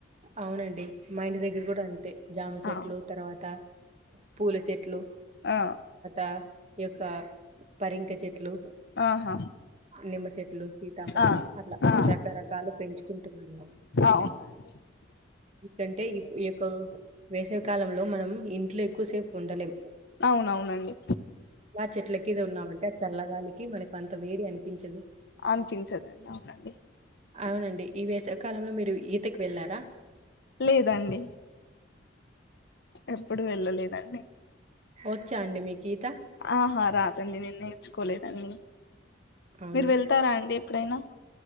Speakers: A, on the right (about 35°); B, on the left (about 60°).
A: అవునండి మా ఇంటి దగ్గర కూడా అంతే జామ చెట్లు
B: ఆ
A: తర్వాత పూల చెట్లు
B: ఆ
A: <inaudible> యొక్క, పరింక చెట్లు,
B: ఆ ఆహా
A: నిమ్మ చెట్లు సీతాఫలం.
B: ఆ
A: అట్లా
B: ఆ
A: రకరకాలు పెంచుకుంటున్నాము.
B: అవునండి
A: ఎందుకంటే ఈ ఈ యొక్క వేసవి కాలంలో మనం, ఇంట్లో ఎక్కువసేపు, ఉండలేం
B: అవునవునండి
A: అలా చెట్లకిద ఉన్నామంటే ఆ చల్లగాలికి మనకి అంత వేడి అని చదు
B: అనిపించదండి అవునండి
A: అవునండి ఈ వేసవి కాలంలో. మీరు ఈ <inaudible> వెళ్ళారా
B: లేదండి, ఎప్పుడు వెళ్ళలేదండి,
A: వచ్చా అండి మీకు ఈత
B: ఆహా రాదండి నేను నేర్చుకోలేదు, ఉమ్
A: అవునా
B: మీరు వెళ్తారా అండి ఎప్పుడైనా,